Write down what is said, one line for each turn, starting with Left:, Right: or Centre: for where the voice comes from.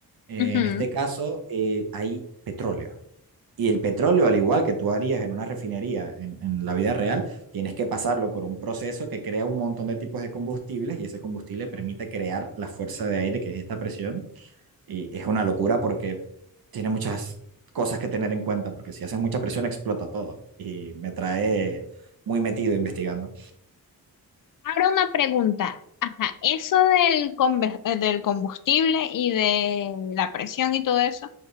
Right: En
Left: Ujú.
Right: este caso, eh, hay petróleo. Y el petróleo, al igual que tú harías en una refinería en, en, la vida real, tienes que pasarlo por un proceso que crea un montón de tipos de combustibles y ese combustible permite crear la fuerza de aire, que es esta presión. Y es una locura porque tiene muchas cosas que tener en cuenta, porque si haces mucha presión explota todo. Y me trae muy metido investigando.
Left: Ahora una pregunta. Ajá, eso del, combe- eh, del combustible y de la presión y todo eso.